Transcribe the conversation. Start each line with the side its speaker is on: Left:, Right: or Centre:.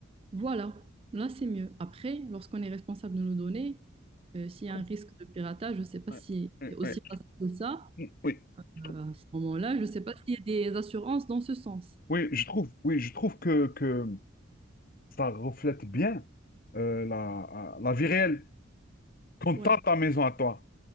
Right: Voilà, là c'est mieux. Après, lorsqu'on est responsable de nos données, euh, s'il y a
Left: Cool.
Right: un risque de piratage, je ne sais pas
Left: Ouais.
Right: si
Left: Ouais,
Right: c'est aussi
Left: ouais.
Right: facile que ça.
Left: Oui, oui. trouve-
Right: Euh, à ce moment-là, je ne sais pas s'il y a des assurances dans ce sens.
Left: Oui, je trouve, oui, je trouve que, que ça reflète bien euh, la, la vie réelle. Quand
Right: Ouais,
Left: t'as ta maison à toi,